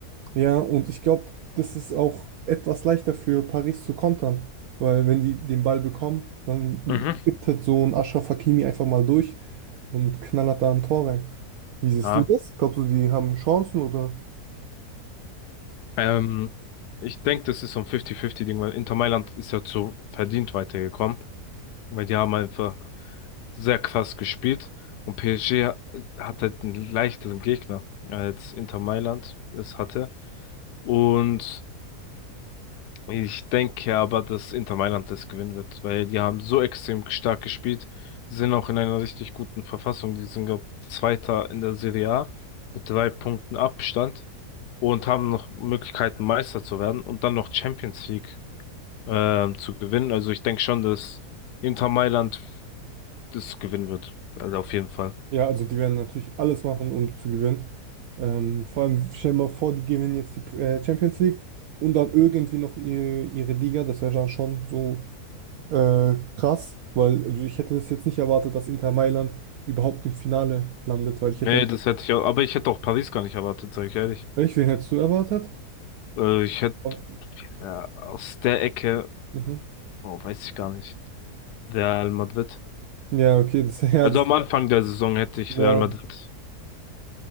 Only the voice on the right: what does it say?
Ja, und ich glaube, das ist auch etwas leichter für Paris zu kontern, weil wenn die den Ball bekommen, dann
gibt halt so ein Achraf Hakimi einfach mal durch und knallert da ein Tor rein. Wie siehst
du das? Glaubst du, die haben Chancen oder?
Ja, also die werden natürlich alles machen, um zu gewinnen. Ähm, vor allem, stell dir mal vor, die gewinnen jetzt die äh, Champions League und dann irgendwie noch ihre, ihre Liga. Das wäre dann schon so äh, krass, weil also ich hätte das jetzt nicht erwartet, dass Inter Mailand überhaupt im Finale landet, weil ich
hätte
Echt, wen hättest du erwartet?
Auf,
mhm.
Ja, okay, das, <laughs> ja,
das,
ja,